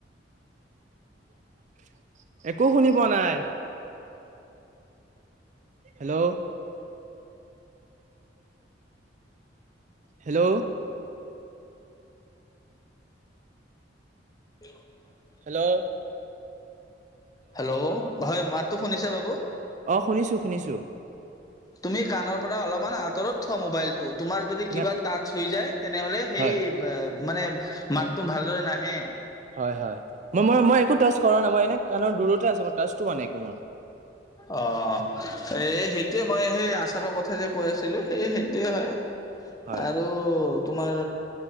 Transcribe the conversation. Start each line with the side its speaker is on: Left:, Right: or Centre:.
Right: <unintelligible> একো শুনি পোৱা নাই! হেল্ল'। হেল্ল'।
Left: <unintelligible>
Right: হেল্ল'।
Left: হেল্ল' হয়, মাততো শুনিছে বাবু?
Right: অঁ, শুনিছো শুনিছো।
Left: তুমি কাণৰ পৰা অলপমান আঁতৰত থোৱা মোবাইল তো, তোমাৰ যদি
Right: না
Left: কিবা টাচ হৈ যায় তেনেহলে সেই
Right: হয়
Left: এ মানে মাতটো ভালদৰে নাহে।
Right: হয় হয়, মই মই মই একো টাচ কৰা নাই, মই এনে কাৰণৰ দূৰতে আছে, মই টাচটো হোৱা নাই একো মোৰ।
Left: অঁ, এই সেইটোৱে মই সেই আচাৰৰ কথা যে কৈ আছিলো সেয়েহে সেয়ে হয়
Right: হয়
Left: আৰু তোমাৰ